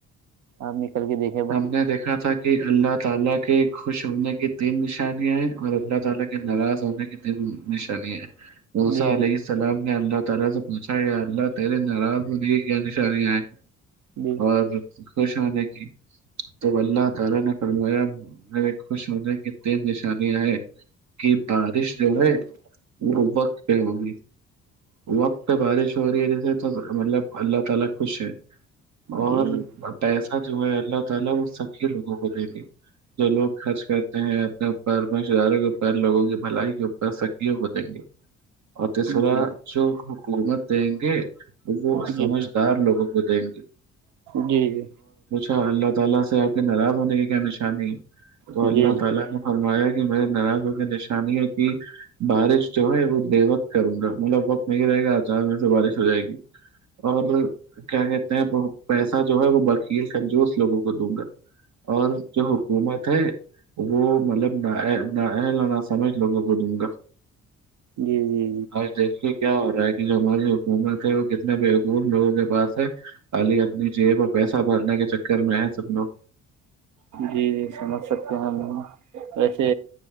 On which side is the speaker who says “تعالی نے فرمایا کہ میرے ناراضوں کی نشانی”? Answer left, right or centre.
Right